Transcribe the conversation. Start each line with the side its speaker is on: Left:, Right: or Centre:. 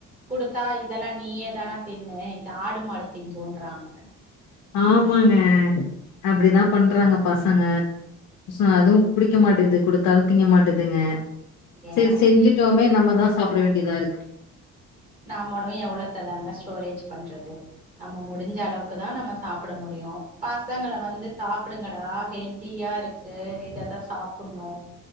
Right: குடுத்தா இதெல்லாம் நீயே தானா தின்னு இத ஆடு மாடு திங்கோன்றாங்க
Left: ஆமாங்க அப்படிதான் பன்றாங்க பசங்க சா அதுவும் புடிக்க மாட்டுது குடுத்தாலும் திங்க மாட்டதுங்க
Right: ஏன்
Left: சரி செஞ்சுட்டோமே
Right: கேக்குறீங்க
Left: நம்ம தான் சாப் பயப்பட வேண்டிதா இருக்கு
Right: நாம்மளும் எவ்வளவுத்த தாங்க ஸ்டோரேஜ் பண்றது நம்ம முடிஞ்ச அளவுக்கு தான் நம்ம சாப்புட முடியும் பசங்கள வந்து சாப்பிடுங்கடா ஹெல்த்தியா இருக்கு இததான் சாப்புட்னும்